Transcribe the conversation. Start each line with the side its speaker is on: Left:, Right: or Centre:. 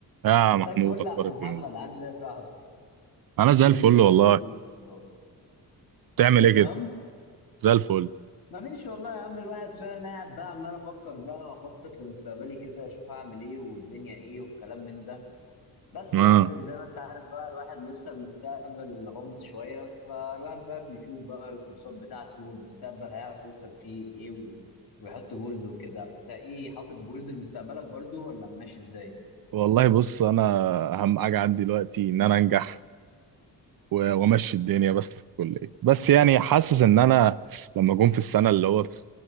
Right: يا
Left: مساك
Right: محمود
Left: فل
Right: اخبارك
Left: يا عم محمد
Right: ايه
Left: عامل ايه يا صاحبي؟
Right: انا زي
Left: كله
Right: الفل
Left: زي
Right: والله
Left: الفل يا برو
Right: بتعمل
Left: كله
Right: ايه
Left: تمام؟
Right: كده زي الفل
Left: مفيش والله يا عم الواحد فاهم قاعد بقى عمال افكر بقى واخطط لمستقبلي كده اشوف هعمل ايه والدنيا ايه والكلام من ده بس
Right: اه
Left: يعني زي ما انت عارف بقى الواحد لسه المستقبل غامض شوية فالواحد بقى بيشوف بقى الكورسات بتاعته والمستقبل هيعرف يوصل فيه لايه و... ويحط جولز وكده انت ايه حاطط جولز لمستقبلك برضو ولا ماشي ازاي؟
Right: والله بص انا اهم حاجه عندي دلوقتي ان انا انجح و- وامشي الدنيا بس في الكليه بس يعني حاسس ان انا لما اكون في السنه اللي هو في